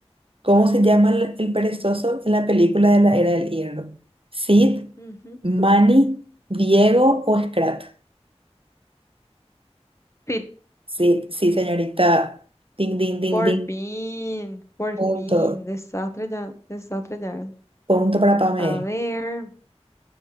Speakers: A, on the right; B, on the left.
A: ¿Cómo se llama el, el perezoso en la película de La Era del Hielo? Sid,
B: Ujú.
A: Manny, Diego o Scrat.
B: Sí,
A: Sí, sí, señorita. Ding, ding, ding,
B: Por
A: ding.
B: fin, por
A: Punto.
B: fin, desastre ya, desastre ya.
A: Punto para Pame.
B: A ver,